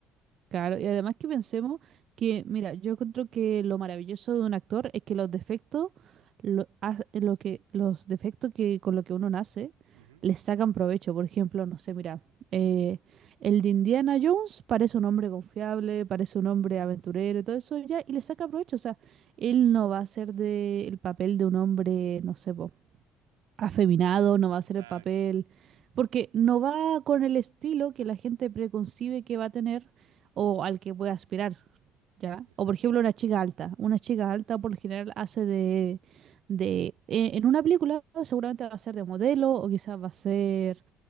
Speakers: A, on the right (about 55°); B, on the right (about 80°).
A: Claro, y además que pensemos que, mira, yo encuentro que lo maravilloso de un actor es que los defectos, lo, ha- lo que, los defectos que con lo que uno nace,
B: Ujú.
A: les sacan provecho. Por ejemplo, no sé, mira, eh, el de Indiana Jones parece un hombre confiable, parece un hombre aventurero, y todo eso ya, y le saca provecho. O sea, él no va a ser de el papel de un hombre, no sé, po, afeminado, no va a
B: Exacto,
A: hacer el papel, porque no va con el estilo que la gente preconcibe que va a tener o al que puede aspirar, ¿ya?
B: exacto,
A: O por ejemplo una chica alta, una chica alta por lo general hace de, de eh, en una película seguramente va a ser de modelo o quizás va a ser